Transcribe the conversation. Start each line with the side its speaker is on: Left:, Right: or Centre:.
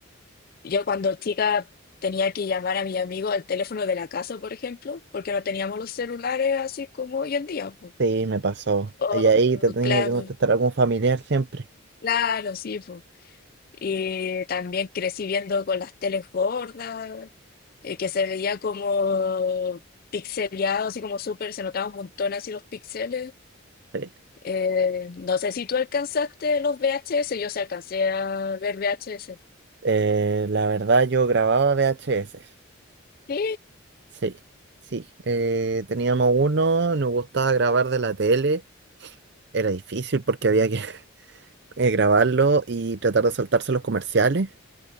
Left: yo cuando chica tenía que llamar a mi amigo al teléfono de la casa, por ejemplo, porque no teníamos los celulares así como hoy en día, pues.
Right: Sí, me pasó.
Left: O,
Right: Y ahí te tenía
Left: claro,
Right: que contestar algún familiar siempre.
Left: claro, sí, pues. Y también crecí viendo con las teles gordas, eh, que se veía como pixeleado, así como súper, se notaba un montón así los píxeles.
Right: Sí.
Left: Eh, no sé si tú alcanzaste los VHS, yo sí alcancé a ver VHS.
Right: Eh, la verdad, yo grababa V H S.
Left: Sí,
Right: Sí, sí. Eh, teníamos uno, nos gustaba grabar de la tele. Era difícil porque había que <laughs> eh, grabarlo y tratar de saltarse los comerciales.